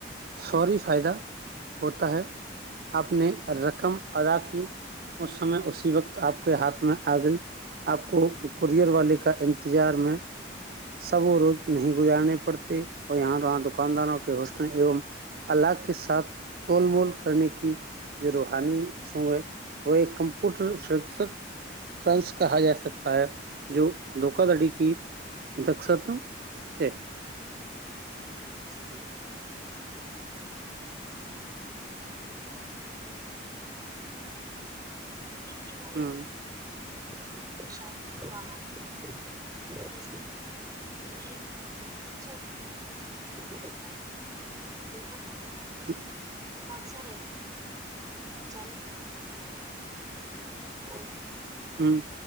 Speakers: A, on the right; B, on the right.
A: فوری فائدہ ہوتا ہے آپ نے رقم ادا کی اس سمے اسی وقت آپ کے ہاتھ میں آ گئی آپ کو کورئر والے کا انتظار میں سب وہ روز نہیں گزارنے پڑتے اور یہاںاں کے دکانداروں کے ہوسٹل
B: مجھے
A: ایوم اللاگ کے ساتھ توول مول کرنے کی جو روحانی سو ہے وہ ایک کم پٹر فرانس کہا جا سکتا ہے جو دھوکا دھڑی کی دس تو ہے
B: جی جی۔ ٹ کیا ب رہےن
A: ہوں
B: ا ج کی جچ ج
A: ہ
B: بات س رہے چل اور
A: ہاں